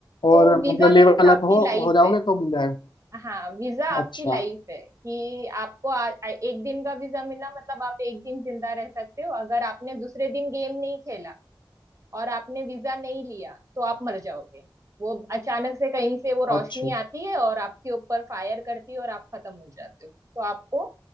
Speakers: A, on the right (about 40°); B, on the left (about 70°).
A: तो
B: और
A: वीजा
B: मतलब लेवल
A: मीन्स आपकी
B: अप हो
A: लाइफ
B: हो जाओगे
A: है
B: तो मिल जाएगा
A: हाँ वीजा आपकी
B: अच्छा
A: लाइफ है कि आपको आ, आ- एक दिन का वीजा मिला मतलब आप एक दिन जिंदा रह सकते हो अगर आपने दूसरे दिन गेम नहीं खेला और आपने वीजा नहीं लिया तो आप मर जाओगे वो अचानक से कहीं से वो रोशनी
B: अच्छा
A: आती है और आपके ऊपर फायर करती है और आप खत्म हो जाते हो तो आपको